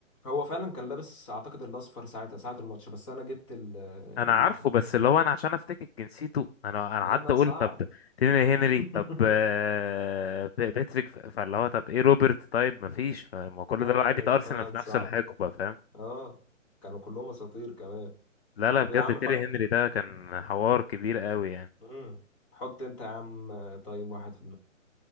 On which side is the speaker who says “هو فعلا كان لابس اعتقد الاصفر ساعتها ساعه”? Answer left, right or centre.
Left